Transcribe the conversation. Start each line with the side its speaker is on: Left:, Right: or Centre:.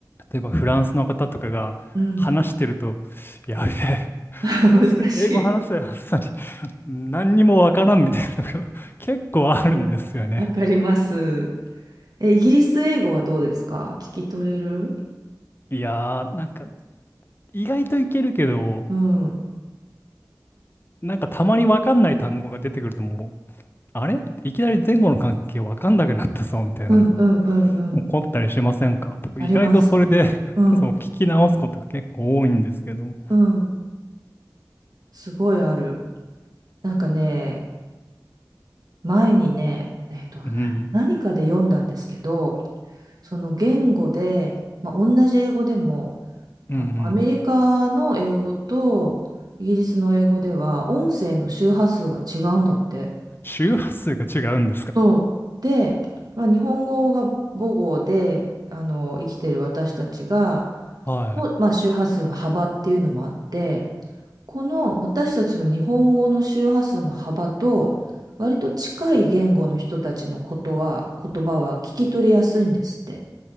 Left: 例えばフランスの方とかが話してると、
Right: うん。
Left: やべえ、
Right: <laughs>
Left: この人英語話せたはずさり
Right: 難しい。
Left: に <laughs> 何にもわからんみたいなのが <laughs> 結構あるんですよね。
Right: うん、わかります。え、イギリス英語はどうですか聞き取れる
Left: いやー、なんか意外といけるけど、
Right: うん、うん、
Left: なんかたまにわかんない単語が出てくるともう、あれいきなり前後の関係わかんなくなったぞみたいなのが
Right: うん、うん、うん。
Left: 起こったりしませんか僕意外とそれで
Right: あります。うん、
Left: <laughs> そう聞き直すことが結構多いんですけど。う
Right: うん。すごいある。なんかね、前にね、えっと、な、
Left: ん。
Right: 何かで読んだんですけど、その言語で、まあ、同じ英語でも、
Left: うんうん。
Right: あの、アメリカの英語とイギリスの英語では音声の周波数が違うんだって。
Left: 周波数が違うんですか
Right: そう。で、まあ、日本語が母語であの生きてる私たちが
Left: はい。
Right: の、まあ、周波数の幅っていうのもあってこの私たちの日本語の周波数の幅と割と近い言語の人たちのことは言葉は聞き取りやすいんですって。